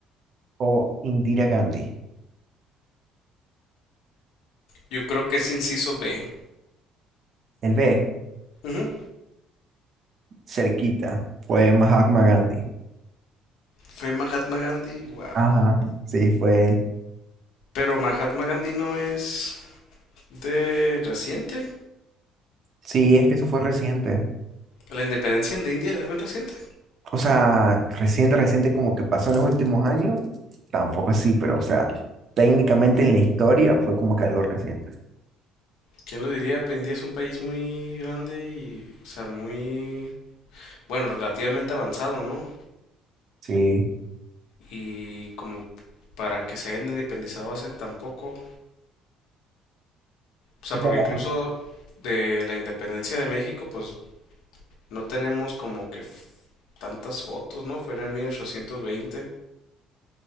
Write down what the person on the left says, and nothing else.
Yo creo que es inciso B.
Ujú.
Fue Mahatma Gandhi, wow.
Pero Mahatma Gandhi no es de reciente.
La independencia de India fue reciente.
¿Quién lo diría? Pues, India es un país muy grande y, o sea, muy bueno, relativamente avanzado, ¿no?
Y como para que se hayan independizado hace tampoco, o sea,
porque
incluso de la independencia de México, pues no tenemos como que f- tantas fotos, ¿no? Fue en el 1820,